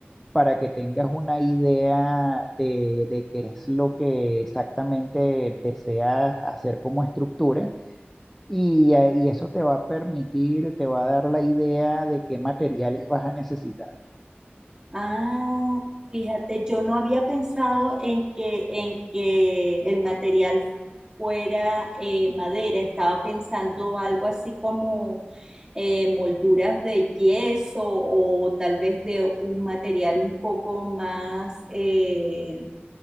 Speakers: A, in the centre; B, on the right.
A: para que tengas una idea de, de qué es lo que exactamente deseas hacer como estructura. Y, eh, y eso te va a permitir, te va a dar la idea de qué materiales vas a necesitar.
B: Ah, fíjate, yo no había pensado en que, en que el material fuera eh, madera, estaba pensando algo así como eh, molduras de yeso o tal vez de un material un poco más, eh,